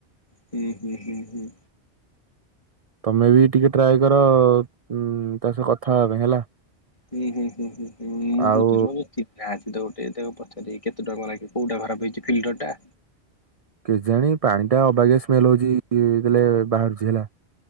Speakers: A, on the left; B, on the right.
A: ହୁଁ ହୁଁ ହୁଁ ହୁଁ।
B: ତମେ ବି ଟିକେ ଟ୍ରାଏ କର ଅଁ ତା ସହ କଥା ହବା ପାଇଁ ହେଲା।
A: ହୁଁ ହୁଁ ହୁଁ ହୁଁ ହୁଁ ମୁଁ
B: ଆଉ
A: ଭୁଛୁ। ତ ଗୋଟେ ତାକୁ ପଚାରି କେତେ ଟଙ୍କାାଗେ କୋଉଟା ଖରାପ ହେଇଛି ଫିଲ୍ଡର ଟା।
B: କେଜାଣି ପାଣି ଟା ଅବାଗ ସ୍ମେଲ ହଉଛିଲେ ବାହାରୁଛି ହେଲା।